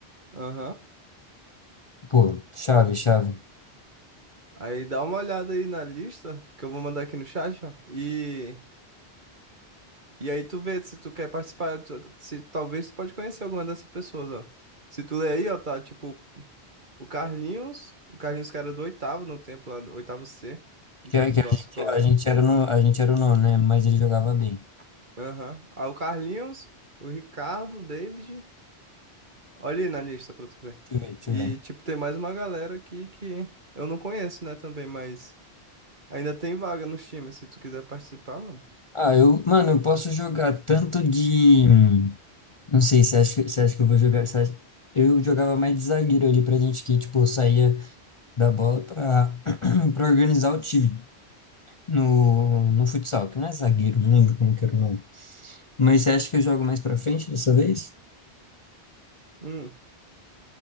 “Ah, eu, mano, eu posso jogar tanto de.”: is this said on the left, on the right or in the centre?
Left